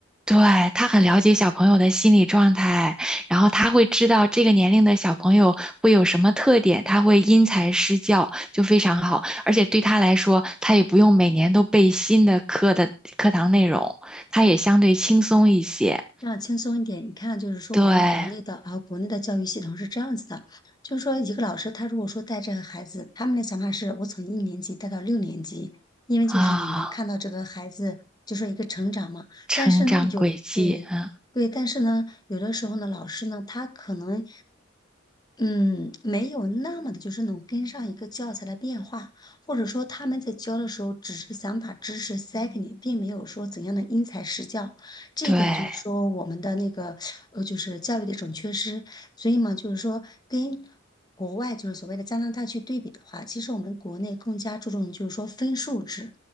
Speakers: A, in the centre; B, on the left.
A: 对，他很了解小朋友的心理状态，然后他会知道这个年龄的小朋友会有什么特点，他会因材施教，就非常好。而且对他来说，他也不用每年都背新的课的课堂内容，他也相对轻松一些。
B: 这样轻松一点，你看，就是说我们国内的啊，
A: 对
B: 国内的教育系统是这样子的，就是说一个老师他如果说带这个孩子，他们的想法是我从一年级带到六年级，因为就是你能看到这个孩子就是一个成长嘛。
A: 啊，成长轨迹，
B: 但是呢，有对对，
A: 嗯，
B: 但是呢，有的时候呢，老师呢，他可能嗯，没有那么的，就是能跟上一个教材的变化，或者说他们在教的时候，只是想把知识塞给你，并没有说怎样的因材施教。
A: 对
B: 这一点就是说我们的那个呃，就是教育的一种缺失。所以嘛，就是说跟国外就是所谓的加拿大去对比的话，其实我们国内更加注重就是说分数制，